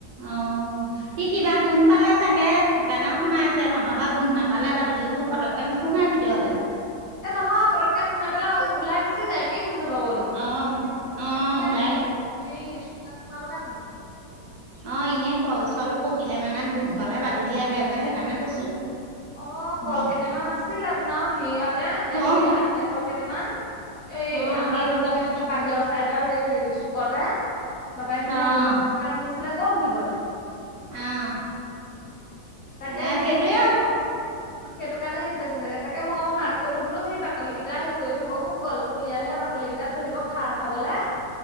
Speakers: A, on the right; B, on the left.
A: অহ
B: থাকিলে।
A: সি কিবা গুণ পালে চাগে। সেইকাৰণে সোমাই আছে নহ'বা গোন্ধ নাপালে বাদুলিবোৰ পতককে নোসোমাই ভিতৰলে।
B: এ নহয় পতকে সোমাই পেলাই উ ওলাই গুচি যায়। কি গোন্ধ পাবনো
A: অ',
B: এনে সেয়াত
A: অ',
B: একোৱে
A: ওলাই
B: নাই স সোমাবলে হয়
A: অহ এনে কল চল পকিলে মানে গোন্ধ পালে বাদুলি আহে যে সেইকাৰণে কৈছো।
B: অ কল
A: নে
B: কেইটামান আছিলে টোন আও, এই ন হেৰিয়তে এইটো
A: অ',
B: কি আটিয়া কল কেইটামান। এই
A: অ',
B: আমাৰ
A: সেইটো
B: ৰুমৰ
A: কথা
B: এইফালে বাহিৰৰ চাইদৰ এই চুকতে। বাবাই খিনাই
A: অ',
B: বব পৰা আনি থৈছিলে গৰুক দিবলে।
A: অহ।
B: তাকে
A: এ
B: সেই
A: সেইটোৱে
B: মই সেইটোক সেইকাৰণে হেৰি কৈছে চাগে তাকে মৌ মই মাক কলো বোলোই বাকলি কেইটা হেৰি থবহো কলটো উলিয়াললে বাকলি কেইটা থৈ দিব খাৰ খাবলে